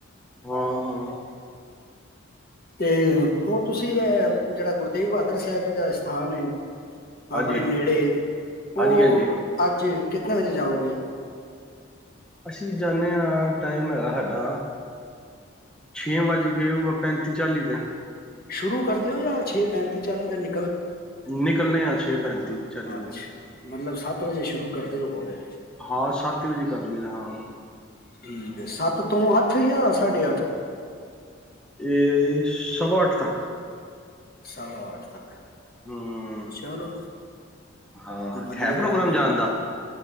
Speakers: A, in the centre; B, on the left (about 50°).
A: ਹੂੰ ਹੂੰ
B: ਤੇ ਉਹ ਤੁਸੀਂ ਹੈ ਜਿਹੜਾ ਗੁਰ ਤੇਗ ਬਹਾਦਰ ਸਾਹਿਬ ਜੀ ਦਾ ਸਥਾਨ ਹੈ
A: ਹਾਂਜੀ
B: ਆਪਣੇ ਨੇੜੇ ਉਹ
A: ਹਾਂਜੀ ਹਾਂਜੀ
B: ਅੱਜ ਕਿਤਨ ਵਜੇ ਜਾਓਗੇ?
A: ਅਸੀਂ ਜਾਂਦੇ ਹਾਂ ਟਾਈਮ ਹੈਗਾ ਸਾਡਾ ਛੇ ਵੱਜ ਕੇ ਹੋਊਗਾ ਪੈਂਤੀ ਚਾਲੀ ਦਾ
B: ਸ਼ੁਰੂ ਕਰ ਦਿਓ ਜਾਂ ਛੇ ਪੈਂਤੀ ਚਾਲੀ ਦਿਨ
A: ਨਿਕਲਣੇ ਆ ਛੇ ਪੈਂਤੀ ਚਾਲੀ ਦੇ-
B: ਅੱਛਾ ਮਤਲਬ ਸੱਤ ਵਜੇ ਸ਼ੁਰੂ ਕਰਦੇ ਹੋ ਗਏ
A: ਹਾਂ ਸੱਤ ਵਜੇ ਕਰ ਲਈਦਾ ਹਾਂ।
B: ਠੀਕ ਸੱਤ ਤੋਂ ਅੱਠ ਜਾਂ ਸਾਢੇ ਅੱਠ
A: ਏਅ ਸਵਾ ਅੱਠ ਤੱਕ।
B: ਸਵਾ ਆਠ ਤੱਕ।
A: ਹੂੰ
B: ਚਲੋ
A: ਹਾਂ
B: ਵਧੀਆ
A: ਹੈ ਪ੍ਰੋਗਰਾਮ
B: ਗੱਲ
A: ਜਾਣ ਦਾ?